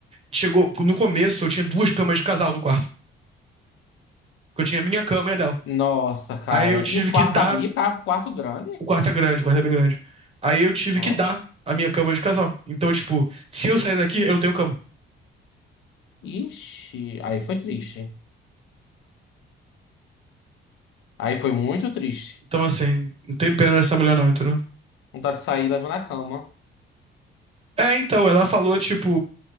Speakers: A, on the right (about 30°); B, on the left (about 80°).
A: chegou. No começo eu tinha duas camas de casal no quarto. Porque eu tinha a minha cama e a dela.
B: Nossa, cara.
A: Aí eu tive
B: E o quarto
A: que dar
B: cabia, cara? Quarto grande?
A: O quarto é grande, o quarto é bem grande. Aí eu tive
B: Nossa.
A: que dar a minha cama de casal. Então, tipo, se eu sair daqui, eu não tenho cama.
B: Ixi. Aí foi triste. Aí foi muito triste.
A: Então, assim, não tem pena dessa mulher não, entendeu?
B: Vontade de sair levando a cama.
A: É, então, ela falou, tipo...